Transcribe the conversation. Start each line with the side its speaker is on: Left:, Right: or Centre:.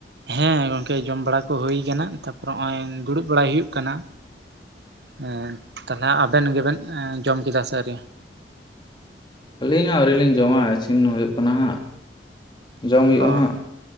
Right: ᱦᱮᱸ ᱜᱚᱝᱠᱮ ᱡᱚᱢ ᱵᱟᱲᱟ ᱠᱚ ᱦᱩᱭ ᱠᱟᱱᱟ ᱛᱟᱨᱯᱚᱨ ᱦᱚᱸᱜ-ᱚᱭ ᱫᱩᱲᱩᱵ ᱵᱟᱲᱟᱭ ᱦᱩᱭᱩᱜ ᱠᱟᱱᱟ᱾ ᱦᱮᱸ ᱛᱟᱦᱚᱞᱮ ᱟᱵᱮᱱ ᱜᱮᱵᱮᱱ ᱮᱸ ᱡᱚᱢ ᱠᱮᱫᱟ ᱥᱮ ᱟᱹᱣᱨᱤ?
Left: ᱟᱹᱞᱤᱧ ᱦᱚᱸ ᱟᱹᱣᱨᱤ ᱞᱤᱧ ᱡᱚᱢᱟ, ᱤᱥᱤᱱ ᱦᱩᱭᱩᱜ ᱠᱟᱱᱟ ᱦᱟᱸᱜ᱾ ᱡᱚᱢ ᱦᱩᱭᱩᱜ-ᱟ
Right: ᱦᱚᱸ
Left: ᱦᱟᱸᱜ